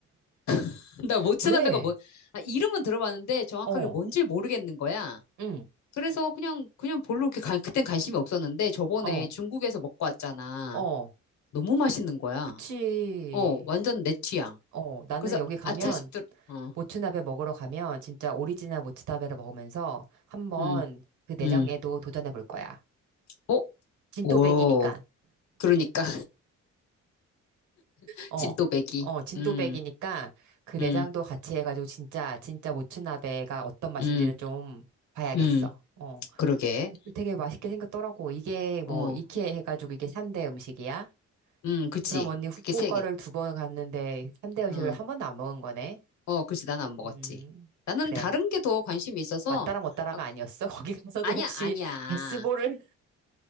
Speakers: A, on the left; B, on the right.
A: <laughs> 나 모츠나베가
B: 왜?
A: 뭐, 아, 이름은 들어봤는데 정확하게
B: 어,
A: 뭔지 모르겠는 거야.
B: 응,
A: 그래서 그냥, 그냥 별로 이렇게 간- 그땐 관심이 없었는데 저번에
B: 어,
A: 중국에서 먹고 왔잖아.
B: 어.
A: 너무 맛있는 거야.
B: 그치.
A: 어, 완전 내 취향.
B: 어, 나는
A: 그래서
B: 여기 가면,
A: 아차 싶더라. 어,
B: 모츠나베 먹으러 가면, 진짜 오리지널 모츠나베를 먹으면서 한번
A: 음,
B: 그 내장에도
A: 음.
B: 도전해 볼 거야.
A: 어,
B: 진또백이니까.
A: 오. 그러니까 <laughs>
B: 어,
A: 진또배기.
B: 어, 진또백이니까
A: 음,
B: 그 내장도
A: 음,
B: 같이 해가지고 진짜, 진짜 모츠나베가 어떤 맛인지를
A: 음,
B: 좀 봐야겠어.
A: 음.
B: 어.
A: 그러게.
B: 되게 맛있게 생겼더라고. 이게 뭐,
A: 어,
B: 이케 해가지고 이게 3대 음식이야?
A: 음, 그치.
B: 그럼 언니 후쿠오카를
A: 그게 세 개.
B: 두 번 갔는데 3대 음식을
A: 어,
B: 한 번도 안 먹은 거네?
A: 어, 그치. 난 안 먹었지.
B: 음,
A: 나는
B: 그래.
A: 다른 게 더 관심이 있어서
B: 맞따라 못따라가
A: 아,
B: 아니었어? <laughs> 거기 가서도
A: 아니야,
B: 혹시
A: 아니야,
B: 베스볼을,